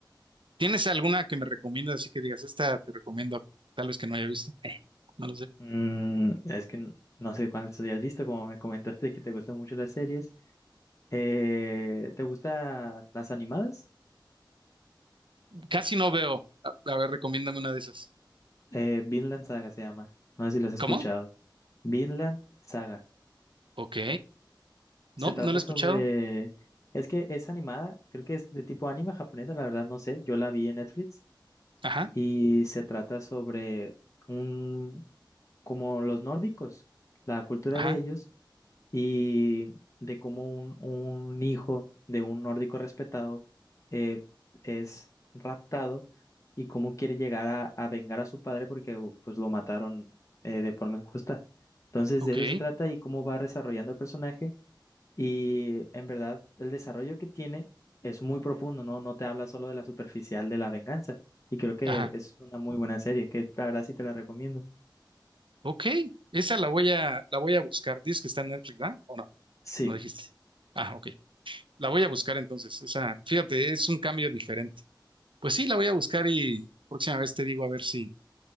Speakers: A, on the right; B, on the left.
A: ¿Tienes alguna que me recomiendas así que digas, esta te recomiendo, tal vez que no haya visto? Eh, no lo sé.
B: Mm, es que n- no sé cuántas hayas visto, como me comentaste que te gustan mucho las series. Eh, ¿te gustan las animadas?
A: Casi no veo. A, a ver, recomiéndame una de esas.
B: Eh, Vinland Saga se llama. No sé si las has
A: ¿Cómo?
B: escuchado. Vinland Saga.
A: Ok.
B: Se
A: No,
B: trata
A: no la he
B: sobre...
A: escuchado.
B: Es que es animada, creo que es de tipo anime japonesa, la verdad no sé, yo la vi en Netflix
A: Ajá,
B: y se trata sobre un... como los nórdicos, la cultura
A: ajá,
B: de ellos y de cómo un, un hijo de un nórdico respetado eh, es raptado y cómo quiere llegar a, a vengar a su padre porque u- pues lo mataron eh, de forma injusta. Entonces
A: ok,
B: de eso se trata y cómo va desarrollando el personaje y en verdad, el desarrollo que tiene es muy profundo, ¿no? No te habla solo de la superficial de la venganza. Y creo que
A: ajá,
B: es una muy buena serie, que la verdad sí te la recomiendo.
A: ok. Esa la voy a, la voy a buscar. Dices que está en Netflix, ¿verdad? ¿O no?
B: Sí,
A: No dijiste. Ah, ok. La voy a buscar entonces. O sea, fíjate, es un cambio diferente. Pues sí, la voy a buscar y próxima vez te digo a ver si,